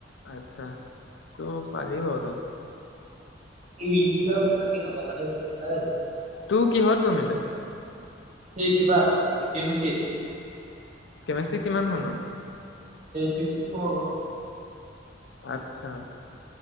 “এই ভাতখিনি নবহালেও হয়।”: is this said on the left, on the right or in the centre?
Right